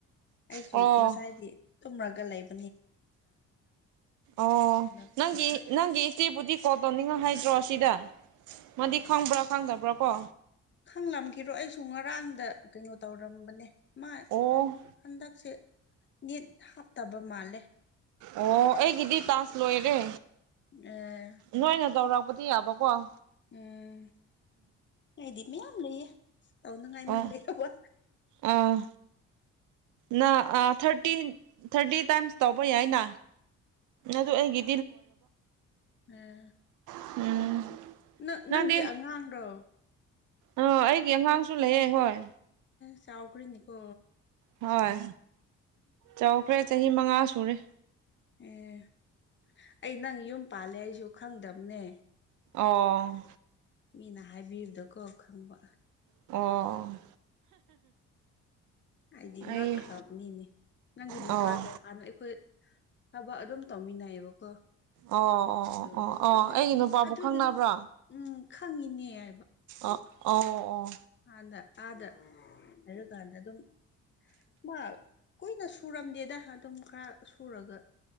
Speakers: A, on the left; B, on the right.
A: ꯑꯩꯁꯨ
B: ꯑꯣ
A: ꯉꯁꯥꯏꯗꯤ ꯇꯨꯝꯃꯒ ꯂꯩꯕ
B: ꯑꯣ
A: ꯊꯣꯛꯂꯛꯄ
B: ꯅꯪꯒꯤ ꯅꯪꯒꯤ ꯏꯆꯦꯕꯨꯗꯤ ꯀꯣꯜ ꯇꯧꯅꯤꯡꯉꯣ ꯍꯥꯏꯗ꯭ꯔꯣ ꯁꯤꯗ ꯃꯥꯗꯤ ꯈꯪꯕ꯭ꯔꯥ ꯈꯪꯗꯕ꯭ꯔꯥ ꯀꯣ
A: ꯈꯪꯂꯝꯈꯤꯔꯣꯏ ꯑꯩꯁꯨ ꯉꯔꯥꯡꯗ ꯀꯩꯅꯣ ꯇꯧꯔꯝꯕꯅꯦ ꯃꯥ
B: ꯑꯣ
A: ꯍꯟꯗꯛꯁꯦ ꯅꯤꯠ ꯍꯥꯞꯇꯕ ꯃꯥꯜꯂꯦ
B: ꯑꯣ ꯑꯩꯒꯤꯗꯤ ꯇꯥꯁ ꯂꯣꯏꯔꯦ
A: ꯑꯥ
B: ꯅꯣꯏꯅ ꯇꯧꯔꯛꯄ ꯄꯕꯗꯤ ꯌꯥꯕ ꯀꯣ <inaudible>
A: ꯎꯝ ꯍꯥꯏꯗꯤ ꯃꯌꯥꯝ ꯂꯩꯌꯦ ꯇꯧꯅꯉꯥꯏ
B: ꯑꯣ
A: ꯃꯤ ꯂꯩꯇꯥꯕꯥ
B: ꯑꯥ ꯅ ꯊꯥꯔꯇꯤ ꯊꯥꯔꯇꯤ ꯇꯥꯏꯝꯁ ꯇꯧꯕ ꯌꯥꯏꯅ ꯑꯗꯨ ꯑꯩꯒꯤ
A: ꯑꯝ
B: ꯎꯝ
A: ꯅꯪ
B: ꯅꯪꯗꯤ
A: ꯅꯪꯒꯤ ꯑꯉꯥꯡꯔꯣ
B: ꯑ ꯑꯩꯒꯤ ꯑꯉꯥꯡꯁꯨ ꯂꯩꯌꯦ ꯍꯣꯏ
A: ꯆꯥꯎꯈꯔꯤꯅꯤꯀꯣ
B: ꯍꯣꯏ ꯆꯥꯎꯈ꯭ꯔꯦ ꯆꯍꯤ ꯃꯉꯥ ꯁꯨꯔꯦ
A: ꯑꯦ ꯑꯩ ꯅꯪ ꯌꯨꯝ ꯄꯥꯜꯂꯦ ꯑꯩꯁꯨ ꯈꯪꯗꯕꯅꯦ
B: ꯑꯣ
A: ꯃꯤꯅ ꯍꯥꯏꯕꯤꯕꯗꯀꯣ ꯈꯪꯕ
B: ꯑꯣ
A: ꯑꯩꯗꯤ
B: ꯑꯩ
A: ꯉꯛꯈ꯭ꯔꯕꯅꯤꯅꯦ ꯅꯪꯒꯤ ꯅꯨꯄꯥꯗꯣ
B: ꯑꯣ
A: ꯍꯥꯟꯅ ꯑꯩꯈꯣꯏ ꯍꯥꯏꯕ ꯑꯗꯨꯝ ꯇꯧꯃꯤꯟꯅꯩꯌꯦꯕꯀꯣ
B: ꯑꯣ ꯑꯣ ꯑꯣ
A: ꯑꯗꯣ
B: ꯑꯣ ꯑꯣ
A: ꯑꯦ
B: ꯑꯩꯒꯤ ꯅꯨꯄꯥꯕꯨ
A: ꯑꯗꯨꯗꯤ
B: ꯈꯪꯅꯕ꯭ꯔꯥ
A: ꯎꯝ ꯈꯪꯉꯤꯅꯦ
B: ꯑ ꯑꯣ ꯑꯣ
A: ꯑꯥꯗ ꯑꯥꯗ ꯍꯥꯏꯔꯀꯥꯟꯗ ꯑꯗꯨꯝ ꯃꯥ ꯀꯨꯏꯅꯁꯨ ꯁꯨꯔꯝꯗꯦꯗ ꯑꯗꯨꯝ ꯈꯔ ꯁꯨꯔꯒ